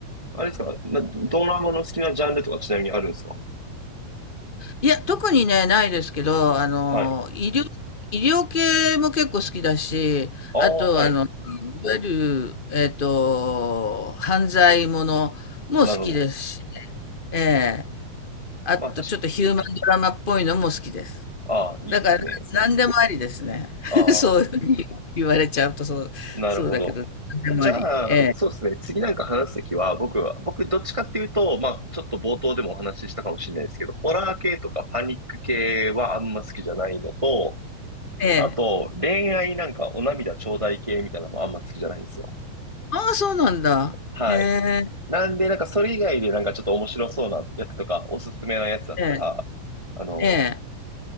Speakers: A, on the right; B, on the left.
A: あれですか、な、ドラマの好きなジャンルとかちなみにあるんですか
B: いや、特にね、ないですけど、あの、
A: はい。
B: 医療、医療系も結構好きだし、
A: ああ、
B: あと、
A: はい。
B: あの、いわゆる、えっと、犯罪ものも好きですしね、
A: なるほど。
B: ええあとちょっとヒューマンドラマっぽいのも好きです。
A: まあ、確か、ああ、いいですね。
B: だから何でもありですね。<laughs>
A: ああ、
B: そういうふうに言われちゃうとそう、
A: なるほど。
B: そうだけど、何でもあり。
A: じゃあ、
B: ええ、
A: そうですね。次なんか話すときは、僕は、僕どっちかっていうと、まあ、ちょっと冒頭でもお話ししたかもしれないですけど、ホラー系とかパニック系はあんま好きじゃないのと、
B: ええ。
A: あと、恋愛なんかお涙頂戴系みたいなのもあんま好きじゃないんですよ。
B: ああ、そうなんだ。
A: はい。
B: へえ、
A: なんで、なんかそれ以外でなんかちょっと面白そうなやつとか、おすすめなやつだったら、
B: ええ、
A: あの、
B: ええ。